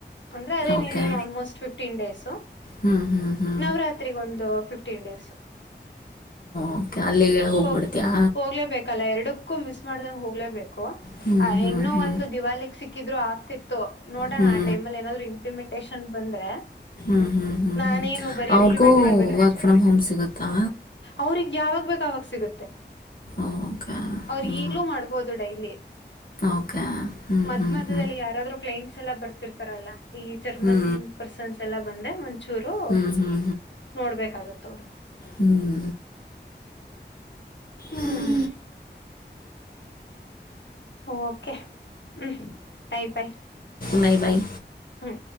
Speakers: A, on the left; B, on the left.
A: ಅಂದ್ರೆ ಅದೇ
B: ಓಕೆ
A: ನೀನ್ನೇನು ಆಲ್ಮೋಸ್ಟ್ ಫಿಫ್ಟೀನ್ ಡೇಸು
B: ಹ್ಞೂ ಹ್ಞೂ ಹ್ಞೂ
A: ನವರಾತ್ರಿಗ ಒಂದು ಫಿಫ್ಟೀನ್ ಡೇಸ್
B: ಓಕೆ ಅಲ್ಲಿಗೆ ಹೋಗ್ಬಿಡ್ತೀಯಾ
A: ಹ ಹೋಗ್ಲೇಬೇಕಲ್ಲ ಎರಡು ಸಿಕ್ಕು ಮಿಸ್ ಮಾಡ್ದಂಗ ಹೋಗ್ಲೇಬೇಕು
B: ಹ್ಞೂ
A: ಆ
B: ಹ್ಞೂ
A: ಇನ್ನೂ
B: ಹ್ಞೂ
A: ಒಂದು ದಿವಾಲಿಕ್ ಸಿಕ್ಕಿದ್ರು ಆಗ್ತಿತ್ತು ನೋಡೋಣ
B: ಹ್ಞೂ
A: ಆ ಟೈಮ್ಲ್ಲಿ ಏನಾದ್ರು ಇಂಪ್ಲಿಮೆಂಟೇಶಷನ್ ಬಂದ್ರೆ
B: ಹ್ಮ್ ಹ್ಮ್ ಹ್ಮ್
A: ನಾನೇನು
B: ಹ್ಮ್
A: ಬರೀ
B: ಅವ್ರಿಗೂ
A: ಇಂಪ್ಲಿಮೆಂಟ್ ಮಾಡ್ಬೇಕಷ್ಟೆ
B: ವರ್ಕ್ ಫ್ರಮ್ ಹೋಮ್ ಸಿಗುತ್ತಾ
A: ಅವ್ರಗ್ ಯಾವಾಗ ಬೇಕಾವಾಗ ಸಿಗುತ್ತೆ
B: ಓಕೆ
A: ಅವರು
B: ಹ್ಞೂ
A: ಈಗ್ಲೂ ಮಾಡ್ಬಹದು ಡೈರಿ
B: ಓಕೆ ಹ್ಞೂ
A: ಮದಲ್ಲಿ
B: ಹ್ಞೂ ಹ್ಞೂ
A: ಯೂ ಕಂಟ್ ಎಲ್ಲ ಬರ್ ರಲ್ಲ ಈ ಜರ್ಮನ್
B: ಹ್ಞೂ
A: ಪರ್ಸನ್ಸ್ ಎಲ್ಲ ಬಂದೆ ಒಂಚೂರು
B: ಹ್ಞೂ ಹ್ಞೂ
A: ನೋಡ್ಬೇಕಾಗತ್ತ ಅವ್ರರು
B: ಹ್ಮ್
A: ಹ್ಮ್
B: ಸರಿ
A: ಓಕೆ ಹ್ಮ್ ಬಾಯ್ ಬಾಯ್
B: ಬಾಯ್ ಬಾಯ್
A: ಹಾಂ